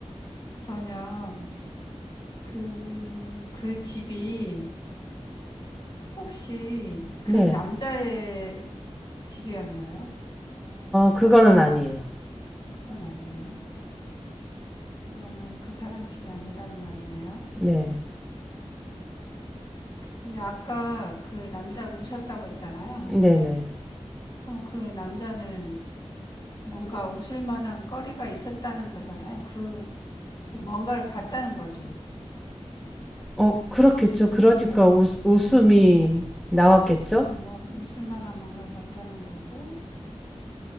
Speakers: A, on the left; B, in the centre.
A: 그러면 그, 그 집이 혹시 그
B: 네아
A: 남자의 집이었나요?
B: 그거는 아니에요
A: 그건 아니에요. 그러면 그 사람 집이 아니라는 말이네요.
B: 네네
A: 근데 아까 그 남자가 웃었다고 했잖아요.
B: 네네
A: 그러면 그 남자는 뭔가 웃을 만한 거리가 있었다는 거잖아요. 그, 그 뭔가를 봤다는 거죠.
B: 어 그렇겠죠 그러니까 웃, 웃음이 나왔겠죠
A: 뭐 웃을 만한 뭔가를 봤다는 거고,